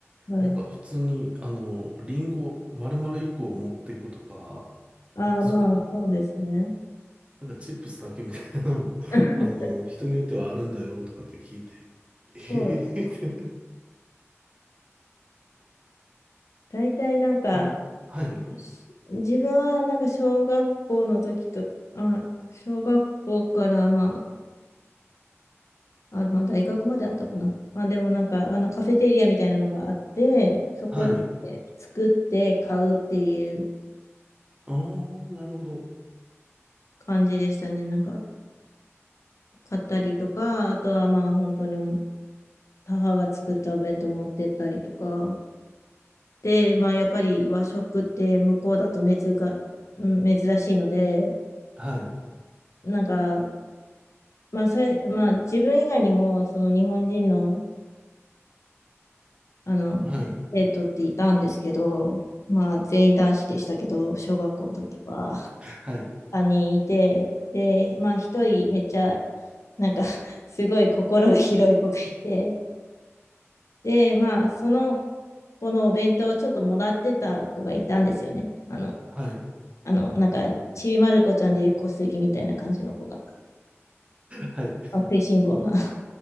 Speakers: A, on the left (about 80°); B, on the right (about 25°).
A: はい。
B: なんか普通に、あの、リンゴ丸々1個を持ってくとか、
A: ああ、
B: なんかそれと、
A: まあ、そうですね。
B: なんかチップスだけみたいなのも、<laughs>
A: <laughs>
B: あの、人によってはあるんだよとかって聞いて、ええって、
A: そう。大体なんか、
B: あ、はい、
A: し自分はなんか小学校の時と、あ、小学校からまあ、あ、まあ大学まであったかな。まあでもなんか、あのカフェテリアみたいなのがあって、そこで
B: はい、
A: 作って買うっていう
B: おー、なるほど、
A: 感じでしたね。なんか、買ったりとか、あとはまあ本当に母が作ったお弁当持ってったりとか。で、まあ、やっぱり和食って向こうだと珍が、うん、珍しいので、
B: はい、
A: なんか、まあさい、まあ、自分以外にも、その日本人の、あの、
B: はい、
A: 生徒っていたんですけど、まあ、全員男子でしたけど、小学校の時は
B: はい、
A: 3人いて、で、まあ、1人めっちゃ、なんか <laughs> すごい心が広い子がいて、で、まあ、その子のお弁当をちょっともらってた子がいたんですよね。あの、
B: はい、
A: あの、なんか、ちびまる子ちゃんでいう小杉みたいな感じの子が、
B: はい、
A: 食いしん坊な <laughs>